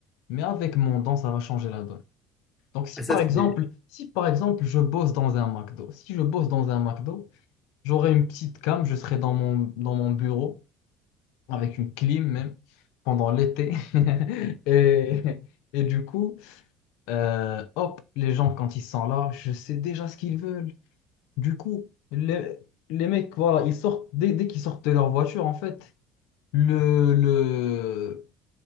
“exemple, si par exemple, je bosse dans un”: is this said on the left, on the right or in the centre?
Left